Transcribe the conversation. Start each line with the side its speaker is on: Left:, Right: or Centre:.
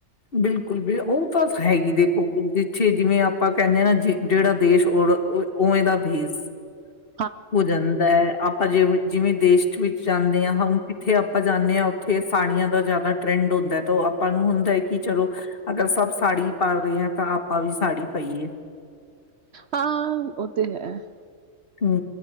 Left: ਬਿਲਕੁਲ, ਬਿਲ ਓਹ ਬਸ ਹੈ ਹੀ ਦੇਖੋ ਜਿੱਥੇ ਜਿਵੇਂ ਆਪਾਂ ਕਹਿੰਦੇ ਆਨਾ ਜਿਹੜਾ ਦੇਸ਼ ਔਰ ਓਓਵੇਂ ਦਾ ਭੇਸ।
Right: ਹਾਂ
Left: ਹੋ ਜਾਂਦਾ ਹੈ ਆਪਾਂ ਜਿਵੇਂ ਜਿਵੇਂ ਦੇਸ਼ ਵਿੱਚ ਜਾਂਦੇ ਆ, ਹੁਨ ਕਿੱਥੇ ਆਪਾਂ ਜਾਂਦੇ ਆ ਉੱਥੇ ਸਾੜੀਆਂ ਦਾ ਜ਼ਿਆਦਾ ਟਰੈਂਡ ਹੁੰਦਾ ਏ ਤੇ ਓਹ ਆਪਾਂ ਨੂੰ ਹੁੰਦਾ ਹੈ ਕਿ ਚਲੋ ਅਗਰ ਸਭ ਸਾੜੀ ਪਾ ਰਹੇ ਹੇ ਤਾਂ ਆਪਾਂ ਵੀ ਸਾੜੀ ਪਾਈਏ।
Right: ਹਾਂ, ਓਹ ਤੇ ਹੈ।
Left: ਹਮ।